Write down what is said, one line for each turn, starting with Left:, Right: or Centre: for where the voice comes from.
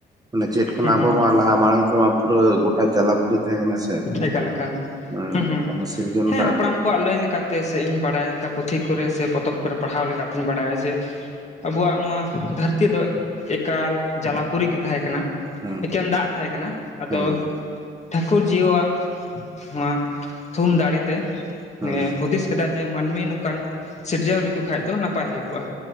Right: ᱢᱟᱱᱮ ᱪᱮᱫ ᱠᱷᱚᱱᱟᱜ
Left: ᱦᱩᱸ ᱦᱩᱸ
Right: ᱟᱵᱚ ᱢᱟ ᱞᱟᱦᱟ ᱢᱟᱲᱟᱝ ᱛᱮᱢᱟ ᱯᱩᱨᱟᱹ ᱜᱚᱴᱟ ᱡᱟᱞᱟ ᱯᱩᱨᱤ ᱛᱟᱦᱮᱸ ᱠᱟᱱᱟ? ᱥᱮ
Left: ᱮᱠᱟᱞ ᱮᱠᱟᱞ
Right: ᱦᱩᱸ
Left: ᱦᱮᱸ ᱦᱮᱸ
Right: ᱚᱱᱟ ᱥᱤᱨᱡᱚᱱ
Left: ᱦᱮᱸ
Right: ᱴᱟᱜ
Left: ᱦᱟᱯᱲᱟᱢ
Right: ᱫᱚ
Left: ᱠᱣᱟᱜ ᱞᱟᱹᱭᱼᱼ ᱠᱟᱛᱮ ᱥᱮ ᱤᱧ ᱵᱟᱲᱟᱭ ᱞᱮᱠᱟ ᱯᱩᱛᱷᱤ ᱠᱚᱨᱮ ᱥᱮ ᱯᱚᱛᱚᱵ ᱠᱚᱨᱮ ᱯᱟᱲᱦᱟᱣ ᱞᱮᱠᱟ ᱞᱮᱠᱟᱛᱮᱧ ᱵᱟᱲᱟᱭᱟ ᱡᱮ ᱟᱵᱚᱣᱟᱜ ᱱᱚᱣᱟ ᱫᱷᱟᱹᱨᱛᱤ ᱫᱚ ᱮᱠᱟᱞ ᱡᱟᱞᱟᱯᱩᱨᱤ ᱜᱮ ᱛᱟᱦᱮᱸ ᱠᱟᱱᱟ ᱾
Right: ᱦᱩᱸ
Left: ᱮᱠᱮᱱ ᱫᱟᱜ ᱛᱟᱦᱮᱸ ᱠᱟᱱᱟ ᱟᱫᱚ
Right: ᱦᱩᱸ
Left: ᱴᱷᱟᱠᱩᱨ ᱡᱤᱭᱟᱹᱣᱟᱜ ᱱᱚᱣᱟ ᱛᱷᱩᱢ ᱫᱟᱲᱮ ᱛᱮ
Right: ᱦᱩᱸ
Left: ᱱᱮ ᱦᱩᱫᱤᱥ ᱠᱮᱫᱟ ᱡᱮ ᱢᱟᱹᱱᱢᱤ ᱱᱚᱝᱠᱟᱱ ᱥᱤᱨᱡᱟᱹᱣ ᱞᱮᱠᱚ ᱠᱷᱟᱱ ᱫᱚ ᱱᱟᱯᱟᱭ ᱦᱩᱭ ᱠᱚᱜᱼᱟ᱾